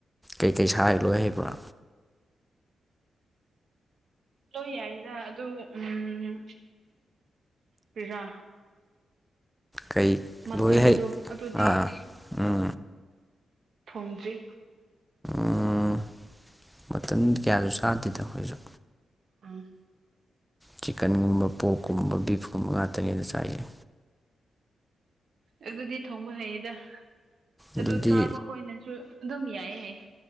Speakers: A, in the centre; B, on the right.
A: ꯀꯩꯀꯩ ꯁꯥ ꯂꯣꯏ ꯍꯩꯕ꯭ꯔꯥ
B: ꯂꯣꯏ ꯌꯥꯏꯗ ꯑꯗꯨ ꯎꯝ ꯄꯤꯔꯥ
A: ꯀꯩ
B: ꯃꯇꯟꯗꯣ
A: ꯂꯣꯏ ꯍꯩ
B: ꯑꯗꯨꯗꯤ
A: ꯑꯥ ꯎꯝ
B: ꯊꯣꯡꯗ꯭ꯔꯤ
A: ꯑꯝ ꯑꯗꯨꯗꯤ ꯀꯌꯥꯁꯨ ꯆꯥꯗꯦꯗ ꯑꯩꯈꯣꯏꯁꯨ
B: ꯑꯝ
A: ꯆꯤꯛꯀꯟꯒꯨꯝꯕ ꯄꯣꯛꯀꯨꯝꯕ ꯕꯤꯐꯀꯨꯝꯕ ꯉꯥꯛꯇꯅꯤꯗ ꯆꯥꯏꯁꯤ
B: ꯑꯗꯨꯗꯤ ꯊꯣꯡꯕ ꯍꯩꯌꯦꯗ
A: ꯑꯗꯨꯗꯤ
B: ꯑꯗꯨ ꯆꯥꯕ ꯈꯣꯏꯅꯁꯨ ꯑꯗꯨꯝ ꯌꯥꯏꯌꯦ ꯍꯥꯢꯌꯦ